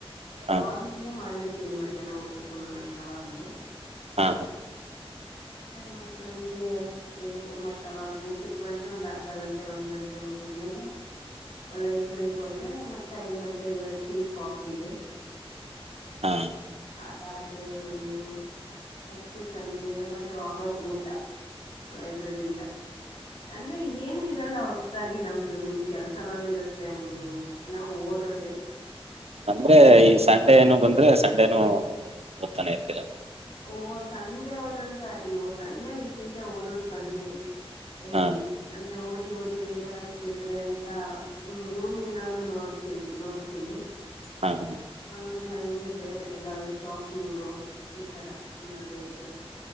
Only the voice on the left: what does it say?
ಮಾರ್ನಿಂಗೇ ಮಾಡಿರ್ ತಿನಿ ಮಧ್ಯಾಹ್ನ ಊಟುಕುನು ನಾನ್ ಯಾವಾಗ್ಲು.
ಮತ್ತ್ ಸಂಜೆ ಅಯ್ಯ ಮತ್ ಅವಾಗ್ ಊಟಕ್ ಬಂದ ಒಂದ್ ಅರ್ಧ ಗಂಟೆ ಒಂದ್ ಗಂಟೆ ಮುಗಿದ್ಮೇಲೆ ಲೈಬ್ರಗ್ ಹೋದ್ರೆ ಮತ್ತೆ ಐದ್ ಗಂಟೆ ಟೀ ಕಾಫಿಗೆ.
ಅದಾದ್ರೆ ಒಂದು ಮತ್ತೆ ಸಂಜೆ ಮತ್ ವಾಪಸ್ ಊಟ ಲೈಬ್ರರಿ ಇಂದ. ಅಂದ್ರೆ ಏನು ಇರಲ್ಲ ವಸ್ ಸಾಗಿ ನಮ್ದು ನಿಮ್ದ್ ಕೆಲ್ಸನಾದ್ರೂ ಇರುತ್ತೆ ಹಂಗೆ ಹಿಂಗೆ ಅಂತ ನಾವು ಓದೋದೆ.
ಓಹ ಸಂಡೆ ಒಂದೊಂದ್ಸ ಓ ಸಂಡೆ ವಿಶೇಷ ಓದೋದ್ ಕಡ್ಮೆ. ಇನ್
ಅನ್ ದ ಓದಿ ಓದಿ ಬೇಜಾರಾಗ್ತಿದ್ರೆ ಅಂತ ಮೂವಿ ಏನಾದ್ರು ನೋಡ್ತಿವ್ ನೋಡ್ತೀನಿ.
ಆಮೇಲೆ ಹಂಗೆ ಬೇರೆ ಎಲ್ಲಾದ್ರೂ ಶಾಪಿಂಗು ಈ ತರ ಏನಾದ್ರು ಇದ್ರೆ.